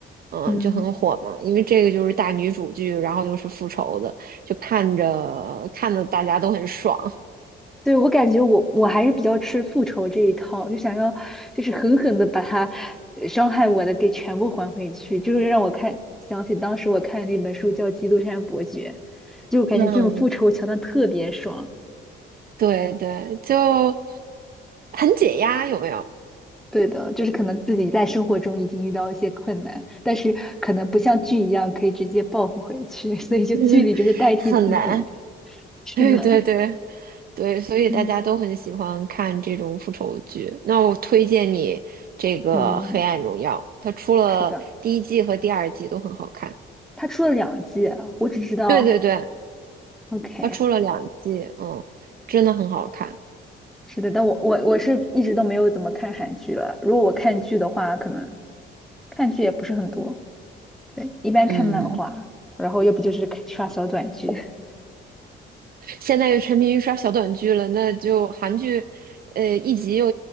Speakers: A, on the right; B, in the centre.
A: 嗯，
B: 嗯。
A: 就很火嘛。因为这个就是大女主剧，然后又是复仇的，就看着看的大家都很爽。
B: 对，我感觉我我还是比较吃复仇这一套，就想要就是狠狠的把他呃伤害我的给全部还回去，就是让我看想起当时我看的那本书叫《基督山伯爵》，就我感觉这种复仇桥段特别爽。
A: 嗯，<laughs> 对对，就很解压，有没有？
B: 对的，就是可能自己在生活中已经遇到一些困难，但是可能不像剧一样可以直接报复回去，<laughs> 所以就剧里就是代替自己。
A: <laughs> 很难，<laughs>
B: 是的，
A: 对对对。对，所以大家都很喜欢看这种复仇剧。
B: 对，
A: 那我推荐你这个《黑暗荣耀》，
B: 嗯，
A: 它出了第一季和第二季都很好看。
B: 是的，他出了两季啊，我只知道
A: 对对对，
B: ，OK。
A: 它出了两季，嗯，真的很好看。
B: 是的，但我我我是一直都没有怎么看韩剧了。如果我看剧的话，可能看剧也不是很多，对，一般看漫画，
A: 嗯，
B: 然后要不就是看刷小短剧，<laughs>
A: 现在又沉迷于刷小短剧了，那就韩剧，呃，一集又